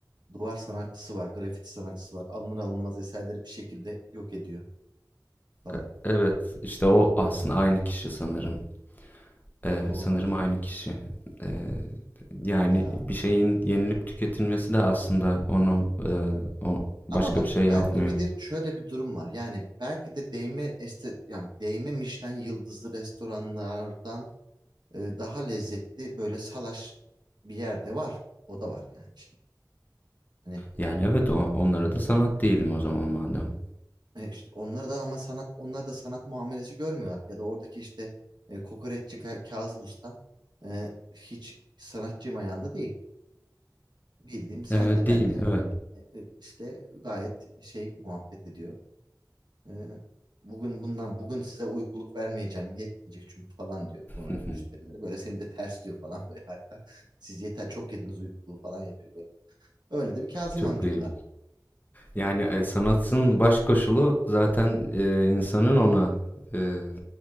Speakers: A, on the right; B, on the left.
A: Duvar sanatçısı var. Grafiti sanatçısı var. Alınır alınmaz eserleri bir şekilde yok ediyor falan.
B: E, evet, işte o aslında aynı kişi sanırım. E,
A: O olabilir.
B: sanırım aynı kişi.
A: Hı hı.
B: E, yani
A: Ya
B: bir şeyin yenilip
A: evet.
B: tüketilmesi de aslında onu e, o başka
A: Ama bak
B: bir şey
A: bence
B: yapmıyor.
A: bir de şöyle bir durum var. Yani belki de değme este yani değme Michelin yıldızlı restoranlardan e, daha lezzetli böyle salaş bir yerde var. O da var yani şimdi. Hani
B: Yani evet, o- onlara da sanat değilim o zaman madem.
A: E işte onlar da ama sanat onlar da sanat muamelesi görmüyorlar. Ya da oradaki işte e, kokoreççi Ka- Kazım Usta e, hiç sanatçı ayağında değil. Bildiğim senle
B: E, değil,
A: benle
B: evet.
A: e, e, işte gayet şey muhabbet ediyor. E, bugün bundan bugün size uykuluk vermeyeceğim yetmeyecek çünkü falan diyor sonraki
B: <laughs>
A: müşterilere. Böyle seni de ters diyor falan <laughs> böyle hatta. Siz yeter çok yediniz uykuluğu falan yapıyor böyle. Öyle de bir Kazım
B: Çok
A: amca
B: iyi.
A: o da.
B: Yani, eee, sanatın baş koşulu zaten, eee, insanın ona, eee,